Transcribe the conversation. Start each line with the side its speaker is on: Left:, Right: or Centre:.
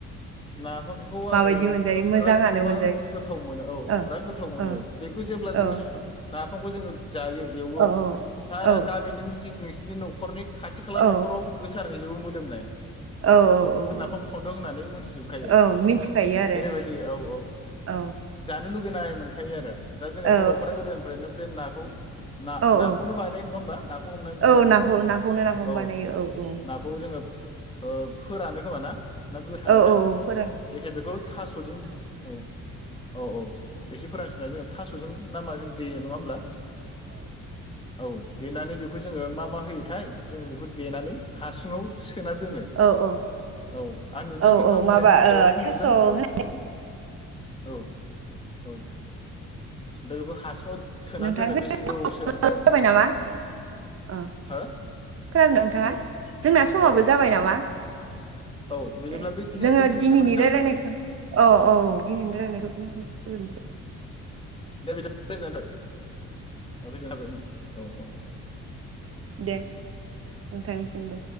Left: नाफामखौ आङोथ'
Right: माबायदि मोनजायो मोजाङानो
Left: बिराद गोबां
Right: मोनजायो
Left: गोथाव मोनो औ
Right: ओ
Left: बिराद गोथाव मोनो बेखौ जेब्ला जोङो
Right: ओ
Left: स नाफामखौ जोङो जायो एवो
Right: औ
Left: सारा
Right: औ
Left: गामि नों जि नोंसिनि नखरनि खाथि-खाला
Right: औ
Left: न'खराव गोसारहैजोबोमोन। दोंलाय।
Right: औ औ औ।
Left: सामु सदों होनानै मोनथिजोबखायो
Right: औ मिथिखायो आरो
Left: ओरैबायदि औ औ
Right: औ
Left: जानो लुबै गैनाय मोनखायो आरो। दा जोङो
Right: औ
Left: बर'फ्रा गोदोनिफ्रायनो बे ना खौ। ना
Right: औ
Left: नाखौनो
Right: औ
Left: बायनाय नङा होमबा नाखौ हमनानै जोङो
Right: औ
Left: बेखौ
Right: नाखौ नाखौनो नाफाम
Left: औ
Right: बानायो औ औ
Left: नाखौ जोङो फोरानो खोमा ना? ना गोथाङैथाय
Right: औ औ
Left: जायखिजाया
Right: फोरान
Left: बेखौ थास'जों औ औ औ। एसे फोरनस्रोना जोंङो थास'जों ना माजों दैयो नङा होमब्ला। औ। देनानै बेखौ जोङो मा मा होयोथाय जोङो बेखौ देनानै हासुङाव सो सोना दोनो।
Right: औ औ औ
Left: औ आं नुदों
Right: औ
Left: खिन्थु
Right: औ
Left: आं
Right: माबा
Left: मोजाङै मिथियाबाबो
Right: ओ थास'
Left: नुदों
Right: होन
Left: औ‌। औ औ। दा बेखौ हासुआव सोना
Right: नोंथांजों
Left: दोनो बेसे गोबावसो औ
Right: जाबाय नामा अ
Left: हो
Right: खोनादों नोंथाङा
Left: औ
Right: जोंना समाबो
Left: औ औ
Right: जाबाय नामा?
Left: औ बिदिब्ला
Right: दे
Left: बेखिनियावनो
Right: जोङो
Left: दोनथ'नोसै
Right: दिनैनि
Left: नामा नोंथां
Right: रायलायनायखो औ औ दिनैनि रायलायनायखो बेखि गोजोनथो
Left: दे बेदिबा गोजोननाय थाबाय औ गोजोननाय थाबाय औ औ।
Right: दे नोंथांनिसि सिमबो।